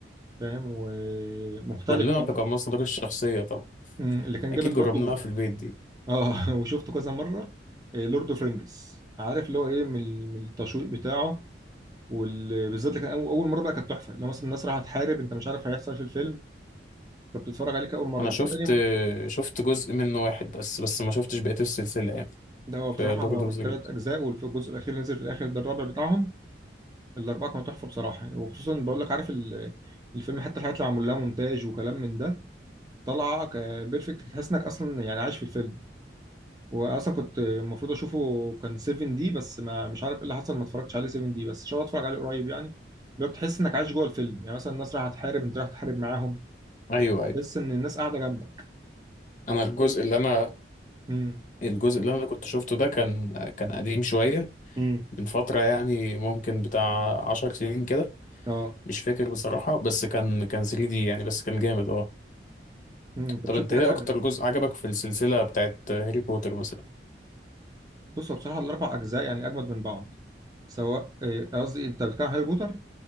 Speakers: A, on the right (about 20°); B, on the left (about 45°).
A: فاهم ومختلف
B: كلنا
A: بقى
B: تقمصنا دور الشخصية طبعا
A: أمم، اللي كان
B: أكيد
A: جامد
B: جربناها
A: برضو
B: في البيت دي
A: اه <laughs> وشفته كذا مره آه، لورد اوف رينجز عارف اللي هو ايه من من التشويق بتاعه وبالذات لكن أو- اول مره بقى كانت تحفه لو مثلا الناس رايحه تحارب انت مش عارف هيحصل في الفيلم فبتتفرج عليه كاول مره
B: أنا
A: إنما
B: شفت
A: تاني
B: شفت جزء منه واحد بس بس ما شفتش بقية السلسلة يعني
A: ده هو
B: في
A: بصراحه
B: لورد
A: هو
B: أوف ذا
A: ثلاث
B: رينجز
A: اجزاء والجزء الاخير اللي نزل في الاخر ده الرابع بتاعهم الاربعه كانوا تحفه بصراحه وخصوصا بقول لك عارف ال- الفيلم حتى الحاجات اللي معمول لها مونتاج وكلام من ده طالعه ك- بيرفكت تحس انك اصلا يعني عايش في الفيلم واصلا كنت المفروض اشوفه كان 7 دي بس ما مش عارف ايه اللي حصل ما اتفرجتش عليه 7 دي بس ان شاء الله اتفرج عليه قريب يعني بتحس انك عايش جوه الفيلم يعني مثلا الناس رايحه تحارب انت رايح تحارب معاهم
B: أيوه أيوه
A: تحس ان الناس قاعده جنبك
B: أنا الجزء اللي أنا
A: امم
B: الجزء اللي أنا كنت شفته ده كان كان قديم شوية
A: امم
B: من فترة يعني ممكن بتاع عشر سنين كده
A: اه
B: مش فاكر بصراحة بس كان كان 3D يعني بس كان جامد أه
A: امم طب
B: طب
A: شفت
B: أنت
A: حاجه
B: إيه أكتر جزء عجبك في السلسلة بتاعت هاري بوتر مثلا؟
A: بص هو بصراحه الاربع اجزاء يعني اجمد من بعض سواء آه، قصدي انت بتتكلم عن هاري بوتر